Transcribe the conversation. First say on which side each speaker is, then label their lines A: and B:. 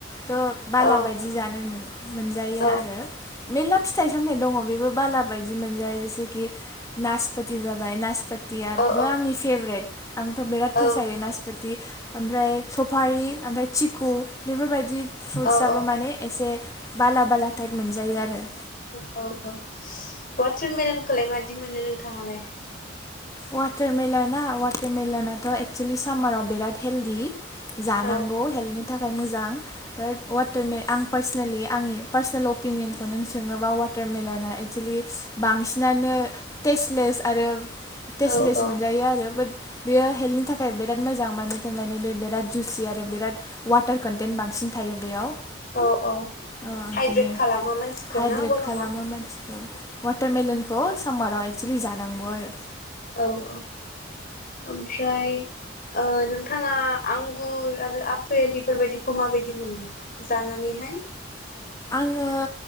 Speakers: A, on the left (about 15°); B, on the left (about 45°).
A: थ' बाला
B: औ
A: बायदि जानो मोन मोनजायो
B: औ
A: आरो मेरला फिथाइ सामथाइ दङ बेबो बाला बायदि मोनजाया जेसेखि नासपोति जाबाय नासपोतियाबो
B: औ
A: आंनि फेभ्रेट आंथ' बिराद फसायो
B: औ
A: नासपोति ओमफ्राय सफारि ओमफ्राय चिकु बेफोरबायदि फ्रुट्साबबो
B: औ औ
A: माने एसे बाला बाला टाइप मोनजायो आरो
B: औ औ वाटारमेलनखौलाय मादि मोनो नोंथाङालाय?
A: वाटार मेलोना वाट मेलनाथ' एक्सलि सामाराव बिराद हेल्डि जानांगौ
B: औ
A: हेल्थनि था खाय मोजां बाट वाटारमे आं पार्सनेलि आंनि पार्सनेल अपिनियन खौ नों सोङोब्ला वाटारमेलन आ एक्सुलि बांसिनानो टेस्टलेस आरो टेस्टलेस
B: औ औ
A: मोनजायो आरो बाट बेयो हेल्थनि थाखाय बिराद मोजां मान थाखाय मानि बे बिराद जुसि आरो बिराद वाटार कन्टेन्ट बांसिन थायो बेयाव।
B: औ औ
A: ओ ओंखायनो
B: हाइब्रेद खालामो मानसिखौ
A: हाइद्रेट
B: ना गरम
A: खालामो
B: आव
A: मानसिखौ वाटारमेलनखौ समार आव एक्सलि जानांगौ आरो
B: औ औ ओमफ्राय ओ नोंथाङा आंगुर आरो आफपेल बेफोरबायदिखौ माबायदि मोनो जानानैहाय?
A: आङो